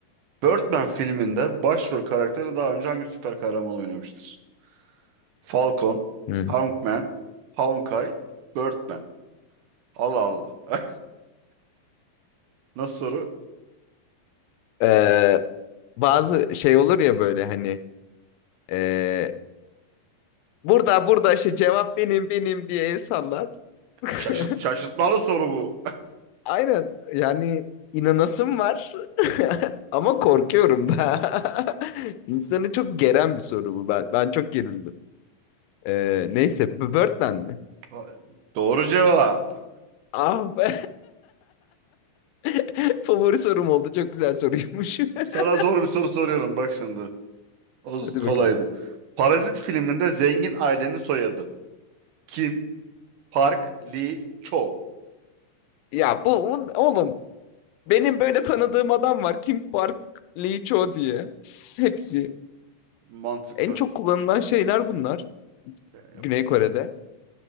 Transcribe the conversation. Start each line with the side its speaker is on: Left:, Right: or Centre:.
Right: Birdman filminde başrol karakteri daha önce hangi süper kahraman oynamıştır? Falcon,
Left: Hı.
Right: Hawkman, Hawkeye, Birdman. Allah Allah. Nasıl soru?
Left: Ee, bazı şey olur ya böyle hani ee, burada burada işte cevap benim benim diye el sallar. <laughs>
Right: Şaşırt, şaşırtmalı soru bu.
Left: Aynen yani inanasım var <laughs> ama korkuyorum da. <laughs> İnsanı çok geren bir soru bu. Ben, ben çok gerildim. Ee, neyse Birdman mi?
Right: <laughs> Doğru cevap.
Left: Ah be. <laughs> Favori sorum oldu. Çok güzel soruymuş.
Right: <laughs> Sana
Left: <laughs>
Right: zor bir soru soruyorum bak şimdi. O z-
Left: Hadi bakalım.
Right: kolaydı. Parazit filminde zengin ailenin soyadı. Kim? Park Lee Cho.
Left: Ya bu bu- oğlum benim
Right: Evet,
Left: böyle tanıdığım adam var. Kim Park Lee Cho diye. Hepsi.
Right: Mantıklı.
Left: En çok kullanılan şeyler bunlar.
Right: Yani
Left: Güney
Right: yapacak
Left: Kore'de.
Right: bir şey yok.